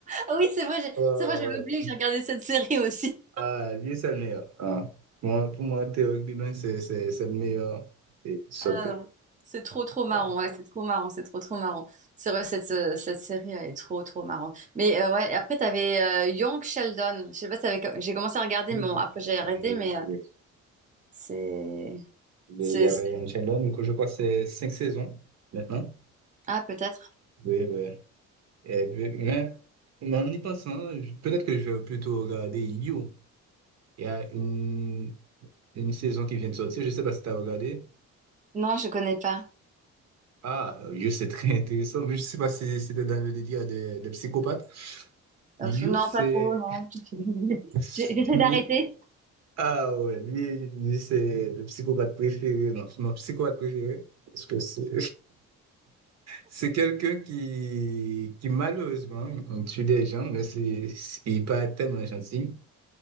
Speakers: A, on the right; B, on the right.
A: Ah oui, c'est vrai, j'ai-
B: ouais,
A: c'est vrai, j'avais
B: ouais.
A: oublié que j'ai regardé cette série aussi.
B: Ah, lui, c'est le meilleur. Ah. Moi, pour moi, Théo Biban, c'est c'est- c'est le meilleur. Et, ça,
A: Ah
B: pour-
A: non, c'est trop trop marrant,
B: ouais.
A: ouais, c'est trop marrant, c'est trop trop marrant. C'est vrai, cette, euh, cette série, elle est trop trop marrante. Mais euh, ouais, et après, t'avais euh, Young Sheldon. Je sais pas si t'avais... J'ai commencé à regarder,
B: Oui,
A: mais bon, après j'ai arrêté,
B: je-
A: mais euh, c'est...
B: mais
A: c'est...
B: il y avait
A: c'est-
B: une chaîne là, du coup, je crois que c'est cinq saisons maintenant.
A: Ah, peut-être.
B: Oui, oui. Et puis, mais, mais en y pensant, je- peut-être que je vais plutôt regarder You. Il y a une, une saison qui vient de sortir, je ne sais pas si tu as regardé.
A: Non, je connais pas.
B: Ah, You, c'est très intéressant, mais je ne sais pas si c'était dans le délire des, des psychopathes. You,
A: Euh, f- non,
B: c'est.
A: pas trop, non. <laughs>
B: <laughs>
A: J'ai- J'essaie
B: lui-
A: d'arrêter.
B: Ah ouais, lui, lui, c'est le psychopathe préféré, non, c'est mon psychopathe préféré. Parce que c'est C'est quelqu'un qui, qui malheureusement on tue des gens, mais c'est, c'est- il est pas tellement gentil.